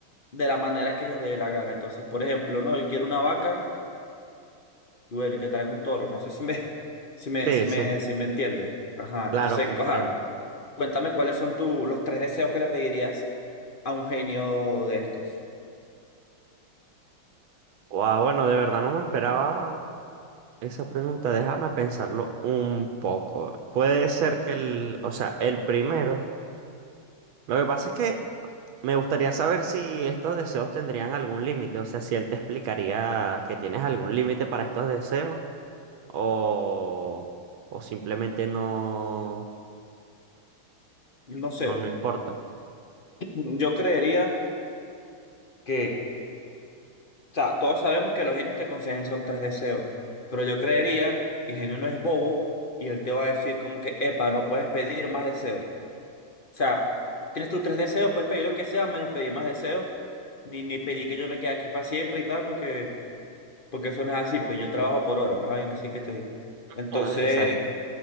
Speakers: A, on the left (about 40°); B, on the right (about 70°).
A: de la manera que ellos les dé la gana. Entonces, por ejemplo, ¿no? Yo quiero una vaca y bueno, y te traen un toro. No sé si me, <laughs> si me,
B: Sí,
A: si
B: sí,
A: me, si me entiendes. Ajá.
B: claro,
A: Entonces,
B: comprendo.
A: ajá, cuéntame cuáles son tu, los tres deseos que le pedirías a un genio de estos.
B: Guau, bueno, de verdad no me esperaba esa pregunta. Déjame pensarlo un poco. Puede ser que el, o sea, el primero. Lo que pasa es que me gustaría saber si estos deseos tendrían algún límite. O sea, si él te explicaría que tienes algún límite para estos deseos o, o simplemente no,
A: No
B: no,
A: sé,
B: no importa. <laughs>
A: mm, yo creería que, o sea, todos sabemos que los genios te conceden son tres deseos, pero yo creería que el genio no es bobo y él te va a decir como que, epa, no puedes pedir más deseos. O sea, tienes tus tres deseos, puedes pedir lo que sea, menos pedir más deseos, ni, ni pedir que yo me quede aquí para siempre y tal, porque... porque eso no es así, pues yo trabajo por hora, una vaina así que te digo. Entonces,
B: Ah, Exacto.